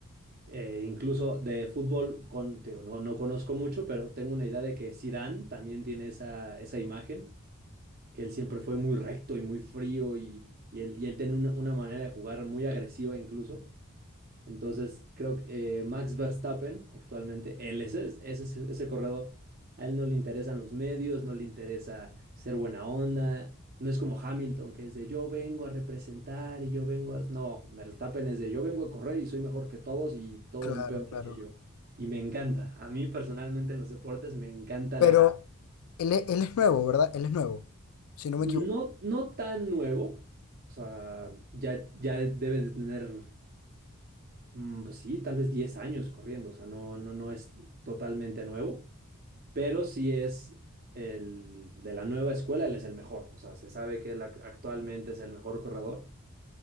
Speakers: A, on the right; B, on the left.
A: Eh, incluso de fútbol, con, te digo, no, no conozco mucho, pero tengo una idea de que Zidane también tiene esa, esa imagen, que él siempre fue muy recto y muy frío y, y él, y él tiene una, una manera de jugar muy agresiva incluso. Entonces, creo que eh, Max Verstappen, actualmente, él es es- es ese, ese corredor. A él no le interesan los medios, no le interesa ser buena onda. No es como Hamilton, que es de yo vengo a representar y yo vengo a... No, Verstappen es de yo vengo a correr y soy mejor que todos y todos
B: claro,
A: son peores
B: claro.
A: que yo. Y me encanta. A mí personalmente en los deportes me encanta
B: Pero
A: la...
B: él, e- él es nuevo, ¿verdad? Él es nuevo, si no
A: No,
B: me equivoco.
A: no tan nuevo. O sea, ya, ya debes de tener Mm, Pues sí, tal vez 10 años corriendo, o sea, no, no, no es totalmente nuevo, pero sí es el de la nueva escuela, él es el mejor, o sea, se sabe que él ac- actualmente es el mejor corredor,